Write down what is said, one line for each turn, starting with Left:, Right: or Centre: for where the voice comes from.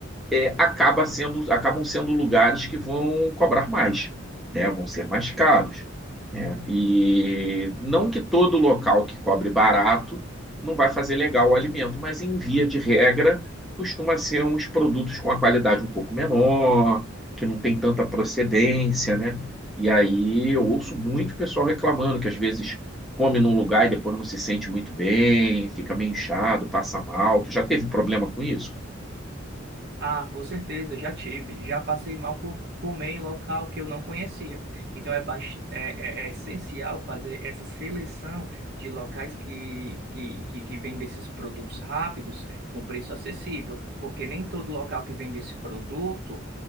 Centre: é, acaba sendo, acabam sendo lugares que vão cobrar mais, né? Vão ser mais caros, né? E não que todo local que cobre barato não vai fazer legal o alimento, mas em via de regra costuma ser uns produtos com a qualidade um pouco menor, que não tem tanta procedência, né? E aí eu ouço muito pessoal reclamando que às vezes come num lugar e depois não se sente muito bem, fica meio inchado, passa mal. Tu já teve problema com isso?
Right: Ah, com certeza, já tive. Já passei mal por comer em local que eu não conhecia. Então é, bas- é, é- é essencial fazer essa seleção de locais que, que, que, que vendem esses produtos rápidos com preço acessível, porque nem todo local que vende esse produto